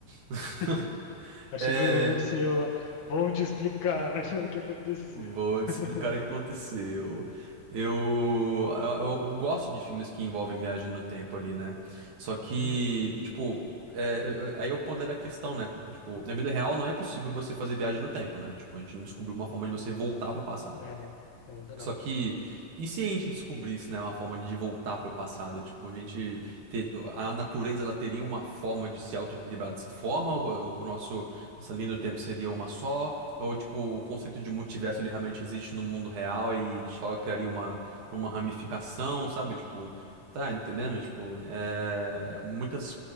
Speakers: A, on the right (about 65°); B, on the left (about 70°).
A: <laughs>
B: <laughs> Aí chega
A: É,
B: o senhor lá, vou te explicar <laughs> o que aconteceu.
A: vou
B: <laughs>
A: te explicar o que aconteceu. Eu, eu, eu gosto de filmes que envolvem viagem no tempo ali, né? Só que,
B: Uhum.
A: tipo, é, eu- eu- aí eu pondero a questão, né? Tipo, na vida real não é possível você fazer viagem no tempo, né? Tipo, a gente não descobriu uma forma de você voltar para o passado.
B: É, ainda não.
A: Só que, e se a gente descobrisse, né, uma forma de voltar para o passado? Tipo, a gente ter, a natureza ela teria uma forma de se autoequilibrar dessa forma? O, o nosso, nossa linha do tempo seria uma só? Ou, tipo, o conceito de multiverso ele realmente existe no mundo real e a gente só criaria uma, uma ramificação, sabe? Tipo, tá entendendo?
B: Sim,
A: Tipo, é, muitas